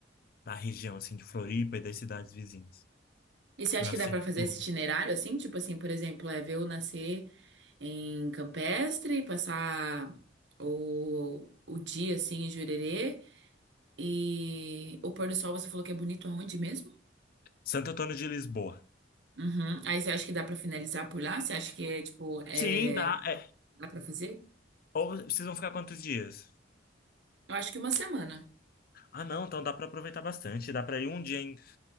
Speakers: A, on the left; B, on the right.
A: da região, assim, de Floripa e das cidades vizinhas.
B: E você acha
A: O nascer
B: que dá pra fazer
A: do
B: esse
A: sol.
B: itinerário assim? Tipo assim, por exemplo, é ver eu nascer em Campestre, passar o, o dia assim em Jurerê e o pôr do sol você falou que é bonito aonde mesmo?
A: Santo Antônio de Lisboa.
B: Uhum. Aí você acha que dá pra finalizar por lá? Você acha que é tipo, é...
A: Sim, dá. é,
B: dá pra fazer?
A: Ou vocês vão ficar quantos dias?
B: Eu acho que uma semana.
A: Ah, não, então dá para aproveitar bastante. Dá para ir um dia em